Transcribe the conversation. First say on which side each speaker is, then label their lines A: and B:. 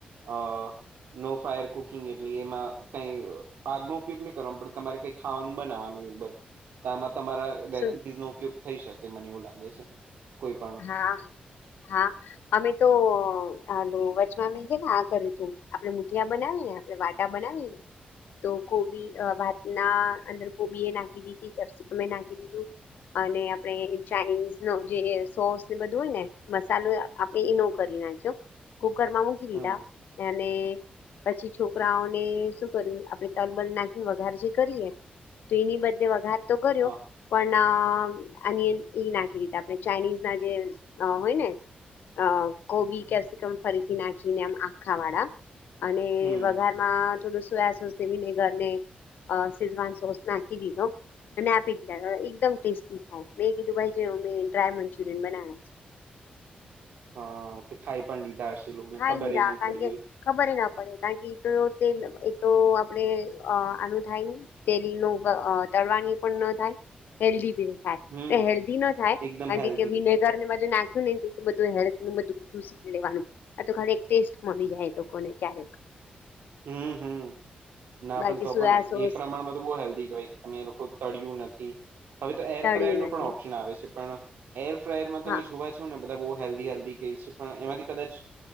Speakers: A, on the right; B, on the left.
A: અ નો ફાયર કુકિંગ એટલે એમાં કઈ આગનો ઉપયોગ નહી કરવા પડ તમારે કઈ ખાવાનું બનાવાનું એવું બ તો આમાં તમારા રેસીપીઝ
B: શું
A: નો ઉપયોગ થઈ શકે મને એવું લાગે છે કોઈ પણ
B: હા હા અમે તો હાલો વચમાં મેં છે ને આ કર્યું તું આપડે મુઠિયા બનાવી ને આપડે વા બનાવીને તો કોબી ભાત ના અંદર કોબી એ નાખી દીધીપસી મેં નાખી દીધું અને આપડે ચાઇનીઝ નો જે સોસ ને બધું હોય ને મસલુ આ એ
A: હમ
B: નો કરી નાખ્યો કુકર માં મૂકી દીધા
A: હમ
B: અને પછી છોકરાઓને શું કર્યું આપડે તલબલ નાખીને વગાર જે કરીએ તો એની બદલે વઘાર તો કર્યો
A: હા
B: પણ આ એ નાખી દીધા આપણે ચાઇનીઝ ના જે અ હોય ને અ કોબી કેપ્સિકમ ફરીથી નાખીને આમ આખા વાળા અને
A: હમ
B: વઘારમાં થોડું સોયા સોસવી ન ઘર ને અ સિઝવાન સોસ નાખી દીધો અને આપી દીધા એકદમ ટેસ્ટી થાય મેં કીધું ભાઈ જો મે ડ્રાય મંચુરિયન બનાવ્યા છે
A: હા તે ખાઈ પણ લીધા હશે લોકોને
B: ખાઈ
A: ખબર
B: લીધા
A: નહી
B: કારણ
A: પડી
B: કે
A: હોય
B: ખબર ના પડે કારણ કે એ તો તેલ એ તો આપડે આનું થાય ની તેલી નો પ અ તળવાની પણ ન થાય હેલ્ધી થાય
A: હમ
B: તે હેલ્દી ન થાય
A: એકદમ
B: કારણ
A: હેલ્ધી
B: કે વિને ઘર ને બધું નાખ્યું ને બધું હેલ્થ બધું ચુ લેવાનું આ તો ખાલી એક ટેસ્ટ મળી જાય લોકોને ક્યારેક
A: હમ હમ ના
B: બાકી
A: પણ તો
B: સોયા
A: પણ
B: સોસ
A: એ પ્રમાણમાં તો બહુ હેલ્ધી કહેવાય તમે એ લોકો તળય્યું નથી હવે તો એર
B: તળ્યું
A: ફ્રાયર નો
B: નથી
A: પણ ઓપ્શન આવે છે પણ એર ફ્રાયરમાં તમે
B: હા
A: જોવા જ પણ ને બધા બો હેલ્દી હેડલી કેય છે પણ એમાંથી કદાચ